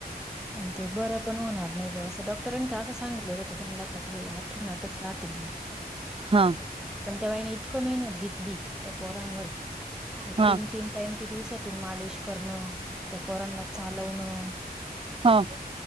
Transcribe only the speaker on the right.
हा
हा
हा.